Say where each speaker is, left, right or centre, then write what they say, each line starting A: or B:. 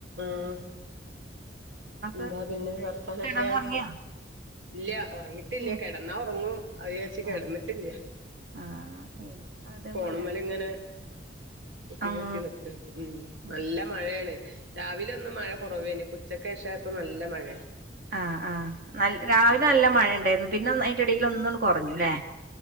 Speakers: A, on the right; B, on the right.
A: ആഹ്
B: ങ്ങളൊക്കെ
A: എന്താ പിന്നെ വർത്താനൊക്കേ?
B: കിടന്നുറങ്ങിയോ
A: ഇല്ല്യ ഒറങ്ങിട്ടില്ല,
B: ഉം
A: കെടന്നാ ഒറങ്ങും. അത്ചാര്ച്ച് കെടന്നിട്ടില്ല്യ,
B: ആഹ് ആഹ് എനിക്ക് അതേപോലെ
A: ഫോൺമ്മല്ങ്ങനെ കുത്തിപൊക്കി
B: ഉം
A: നിക്കും. ഉം
B: ഉം
A: നല്ല മഴേണ്. രാവിലെ ഒന്ന് മഴ കൊറവേനി, ഇപ്പൊച്ചക്കേശ ഇപ്പം നല്ല മഴെ
B: ആഹ് ആഹ്. നൽ രാവിലെ നല്ല മഴ ഇണ്ടായിര്ന്ന്. പിന്നൊന്ന് അയിന്റെ എടേല് ഒന്നണ് കൂ കൊറഞ്ഞു, ലെ?